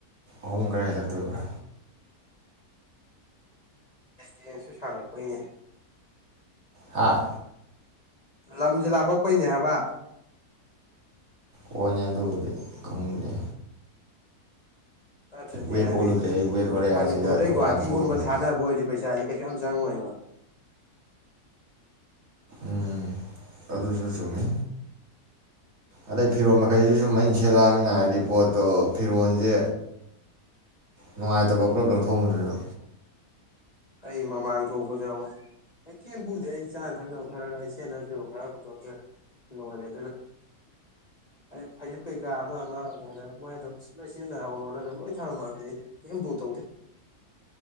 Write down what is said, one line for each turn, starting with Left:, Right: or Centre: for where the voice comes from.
Right: ꯑꯍꯨꯝ ꯈꯔ ꯍꯦꯜꯂꯛꯇꯣꯏꯕ꯭ꯔꯥ
Left: <unintelligible> ꯁꯥꯡꯉꯛꯄꯩꯅꯦ
Right: ꯍꯥꯥ
Left: ꯂꯝꯖꯨꯂꯥꯄꯛ <unintelligible> ꯍꯥꯏꯕ
Right: ꯍꯣꯏꯅꯦ ꯑꯗꯨꯕꯨꯗꯤ ꯈꯪꯗꯦ
Left: ꯅꯠꯇ꯭ꯔꯗꯤ
Right: ꯋꯦꯠ
Left: ꯍꯥꯏꯗꯤ
Right: ꯑꯣꯜꯂꯨꯗ꯭ꯔꯦ ꯑꯩ ꯋꯦꯠ ꯑꯣꯜꯂꯛꯑꯦ ꯑꯁꯤꯗ
Left: ꯃꯅꯤꯄꯨꯔꯗꯩ
Right: ꯗꯨꯀꯥꯟ
Left: ꯒꯨꯍꯥꯇꯤꯒꯨꯝꯕ
Right: ꯊꯣꯛꯑꯝꯗꯨꯕꯨ
Left: ꯊꯥꯅꯕ ꯑꯣꯏꯔꯗꯤ ꯄꯩꯁꯥꯁꯦ ꯀꯩꯁꯨ ꯌꯥꯝ <unintelligible>
Right: ꯎꯝ ꯑꯗꯨꯁꯨ ꯆꯨꯝꯃꯤ ꯑꯗꯩ ꯐꯤꯔꯣꯜ ꯃꯈꯩꯁꯤ ꯁꯨꯝ ꯑꯩꯅ ꯁꯦꯠꯂꯛꯑꯃꯤꯅ ꯍꯥꯏꯕꯗꯤ ꯄꯣꯠꯇꯣ ꯐꯤꯔꯣꯟꯁꯦ ꯅꯨꯡꯉꯥꯏꯇꯕ ꯄꯨꯜꯂꯞ ꯂꯪꯊꯣꯛꯑꯃꯕꯗꯨꯁꯨ
Left: ꯑꯩ ꯃꯃꯥꯡ ꯊꯣꯛꯄꯗ ꯑꯃ ꯑꯩ ꯀꯦꯝꯕꯨꯗꯤ ꯑꯩ ꯆꯥꯅ ꯊꯛꯅꯕ ꯈꯔ ꯈꯔ ꯑꯩ ꯁꯦꯟꯅꯈꯤꯕꯔꯣ ꯈꯔꯕꯨꯗꯣ ꯂꯣꯏꯔꯦ ꯑꯗꯨꯅ ꯑꯩ ꯐꯖꯛ ꯀꯩꯀꯥ ꯑꯃ ꯑꯃ ꯑꯗꯨꯃꯥꯏꯅ ꯃꯣꯏ ꯑꯗꯨꯝ ꯂꯣꯏ ꯁꯤꯖꯤꯟꯅꯍꯧꯔꯣꯅ ꯑꯗꯨꯝ ꯂꯣꯏ ꯊꯝꯔꯝꯃꯕꯅꯤ ꯑꯩꯗꯤ ꯀꯩꯝ ꯄꯨꯊꯣꯔꯛꯇꯦ